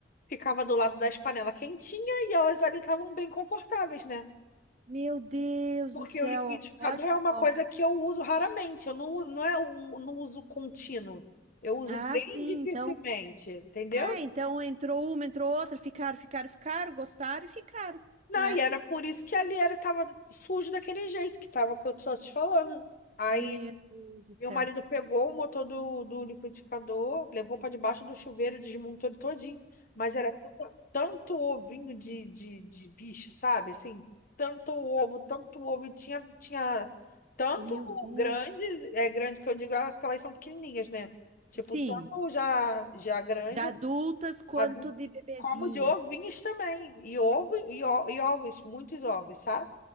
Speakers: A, on the left; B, on the right.
A: ficava do lado das panelas quentinha e elas ali estavam bem confortáveis, né?
B: Meu Deus
A: Porque
B: do céu,
A: o liquidificador
B: olha
A: é
B: só.
A: uma coisa que eu uso raramente, eu não, uso- não é um, não uso contínuo. Eu uso
B: Ah,
A: bem
B: sim,
A: dificilmente,
B: então.
A: entendeu?
B: É, então entrou uma, entrou outra, ficaram, ficaram, ficaram, gostaram e ficaram.
A: Não,
B: né?
A: e era por isso que ali era tava sujo daquele jeito que tava que eu tô te falando. Aí
B: Meu Deus do
A: Meu
B: céu.
A: marido pegou o motor do, do liquidificador, levou para debaixo do chuveiro, desmontou ele todinho. Mas era tanto, tanto ovinho de, de, de bicho, sabe? Assim, tanto ovo, tanto ovo. E tinha, tinha tanto
B: Meu Deus.
A: grande, é grande que eu digo, aquelas são pequenininhas, né? Tipo,
B: Sim,
A: tanto já, já grande,
B: já adultas quanto
A: adulto,
B: de bebezinhas.
A: como de ovinhos também. E ovo, e, o- e ovos, muitos ovos, sabe?